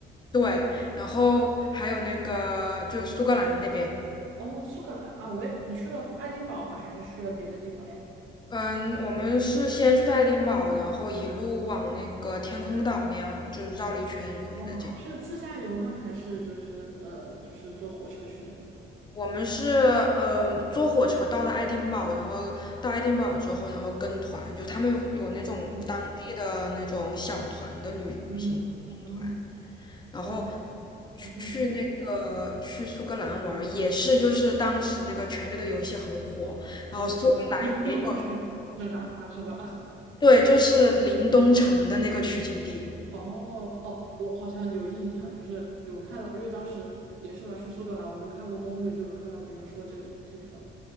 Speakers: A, on the left (about 20°); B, on the right (about 80°).
A: 对，然后还有那个就苏格兰那边，
B: 哦，苏格兰啊，我也，你去了爱丁堡吗？还是去了别的地方呀？
A: 嗯，我们是先去爱丁堡，然后一路往那个天空岛那样，就是绕了一圈回来这样
B: 哇，是自驾游吗？还是就是呃，就是坐火车去的呢？
A: 我们是嗯、呃坐火车到的爱丁堡，然后到爱丁堡之后，然后跟团，就他们有有那种当地的那种小团的旅旅行团，
B: 嗯嗯嗯，
A: 然后
B: 哇，你真不错。
A: 去那个去苏格兰玩儿也是就是当时那个《权力的游戏》很火，然后苏格兰也有
B: 嗯，又又是去那打卡是吧？<laughs>
A: 对，就是林东城的那个取景地，
B: 哦哦，我好像有印象，就是有看到，因为当时也是嘛，去苏格兰我就看过攻略，就有看到别人说这个这个地方，